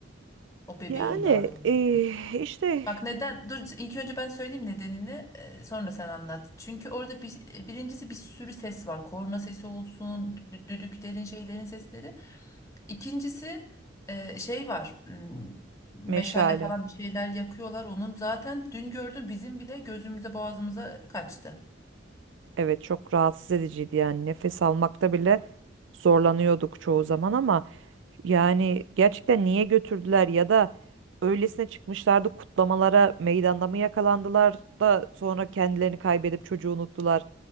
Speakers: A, on the left (about 20°); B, on the right (about 85°).
A: O bebeğin
B: Yani
A: daha doğrusu.
B: eh, işte
A: Bak neden? Dur ilk önce ben söyleyeyim nedenini. e, Sonra sen anlat. Çünkü orada bir, e, birincisi bir sürü ses var. Korna sesi olsun, dü- düdüklerin, şeylerin sesleri. İkincisi e, şey var. hmm, Meşale
B: meşale.
A: falan bir şeyler yakıyorlar. Onun zaten dün gördüm bizim bile gözümüze boğazımıza kaçtı.
B: Evet çok rahatsız ediciydi yani nefes almakta bile zorlanıyorduk çoğu zaman ama yani gerçekten niye götürdüler ya da öylesine çıkmışlardı kutlamalara meydanda mı yakalandılar da sonra kendilerini kaybedip çocuğu unuttular.